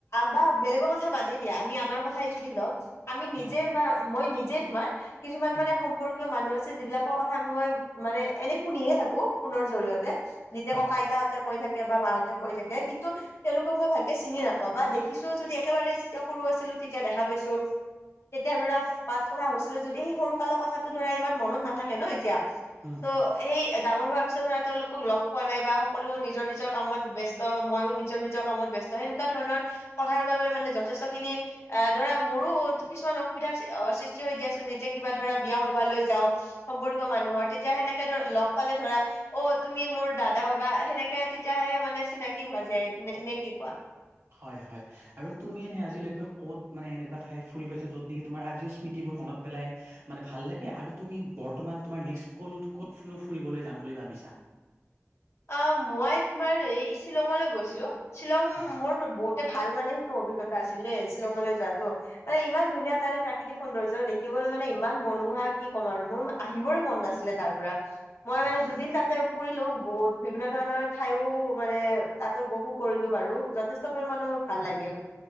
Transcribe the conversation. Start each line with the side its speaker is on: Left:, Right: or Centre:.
Left: বা বেলেগৰ কথা বাদেই দিয়া আমি আমাৰ কথাই যদি লওঁ। আমি নিজে
Right: উম,
Left: বা মই নিজে তোমাৰ কিছুমান
Right: উম,
Left: মানে সম্পৰ্কীয় মানুহ আছে যিবিলাকৰ কথা মই মানে এনে শুনিহে থাকোঁ ফোনৰ জৰিয়তে, যেতিয়া
Right: হয়
Left: ককা আইতাহঁতে কৈ থাকে বা মাহতে কৈ থাকে কিন্তু তেওঁলোকক মই ভালকে চিনি নাপাওঁ বা দেখিছো যদি একেবাৰে যেতিয়া সৰু সৰু আছিলোঁ তেতিয়া দেখা পাইছোঁ, তেতিয়া ধৰা বাত কথা হৈছিলে যদি সেই সৰু কালৰ কথাটো ধৰা ইমান মনত নাথাকে ন' এতিয়া,
Right: উম।
Left: ত' সেই ডাঙৰ হোৱাৰ পিছত ধৰা তেওঁলোকক লগ পোৱা নাই বা সকলো নিজৰ নিজৰ কামত ব্যস্ত, ময়ো নিজৰ নিজৰ কামত ব্যস্ত। ত' সেনেকুৱাধৰণৰ পৰাৰ বাবে মানে যথেষ্টখিনি আহ, ধৰা মোৰো কিছুমান অসুবিধা সৃষ্টি হৈ দিয়াচোন, যেতিয়া কিবা ধৰা বিয়া সভালৈ যাওঁ, সম্পৰ্কীয় মানুহৰ তেতিয়া সেনেকে ধৰা লগ পালে ধৰা অ' তুমি মোৰ দাদা হয় বা সেনেকে কে তেতিয়াহে মানে চিনাকি হোৱা যায় নে কি কোৱা?
Right: হয় হয় আৰু তুমি এনে আজিলৈকে ক'ত মানে এনেকুৱা ঠাই ফুৰি পাইছা য'ত নেকি তোমাৰ আজিও স্মৃতিবোৰ মনত পেলাই মানে ভাল লাগে আৰু তুমি বৰ্তমান তোমাৰ নেক্সট ক'ত ফুৰিবলৈ যাম বুলি ভাবিছা?
Left: আ মই তোমাৰ এই শ্বিলঙলৈ গৈছিলোঁ। শ্বিলং
Right: আচ্ছা
Left: মোৰ বহুতে ভাল মানে সেইটো অভিজ্ঞতা আছিল দেই, শ্বিলঙলৈ যোৱাটো, মানে ইমান ধুনীয়া তাৰে প্ৰাকৃতিক সৌন্দৰ্য দেখিবলৈ মানে ইমান মনোহৰা কি ক'ম আৰু মোৰ আহিবৰে মন নাছিলে তাৰ পৰা। মই মানে
Right: আচ্ছা
Left: দুদিন তাতে পৰিলোঁ বহুত বিভিন্ন ধৰণৰ ঠাইও মানে তাতে উপভোগ কৰিলোঁ বাৰু। যথেষ্ট তবোৰ মানুহক ভাল লাগিল।